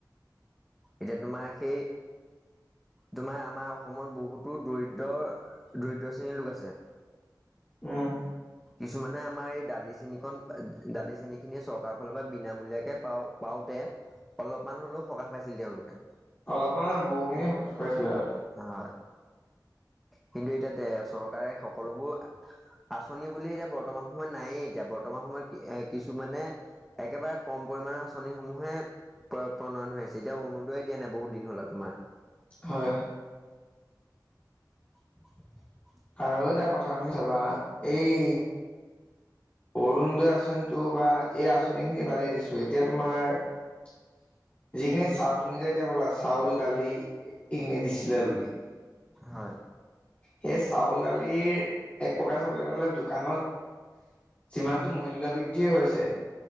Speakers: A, in the centre; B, on the left.
A: এতিয়া তোমাৰ সেই তোমাৰ আমাৰ অসমত বহুতো দৰিদ্ৰ দৰিদ্ৰ শ্ৰেণীৰ লোক আছে
B: উম।
A: কিছুমানে আমাৰ এই দালি চেনীকন দালি, চেনী খিনি চৰকাৰৰ ফালৰ পৰা বিনামূলীয়াকে পাওঁ পাওঁ দেৱ অলপমান হ'লেও সকাহ পাইছিল তেওঁলোকে
B: অলপমানা বহুখিনি খুৱাইছিলো তাত
A: হয় কিন্তু এতিয়া তে চৰকাৰে সকলোবোৰ আঁচনি বুলি এতিয়া বৰ্তমান সময়ত নায়েই এতিয়া বৰ্তমান সময়ত এ কিছু মানে একেবাৰে কম পৰি পৰিমাণৰ আঁচনিসমূহে প্ৰণয়ন হৈ আছে এতিয়া অৰুণোদয় দিয়া নাই বহুতদিন হ'লেও তোমাৰ
B: হয়
A: <inaudible>
B: আৰু এটা কথা তুমি চাবা এই অৰুণোদয় আঁচনিটো বা এই আঁচনি খিনি বাদেই দিছো এতিয়া তোমাৰ <inaudible> যিখিনি চাউল তুমি যে এতিয়া কলা চাউল দালি এইখিনি দিছিলা বুলি
A: হয়
B: সেই চাউল দালিৰ। এক প্ৰকাৰ চাবলৈ গলে দোকানত যিমানটো মূল্যবৃদ্ধি হৈছে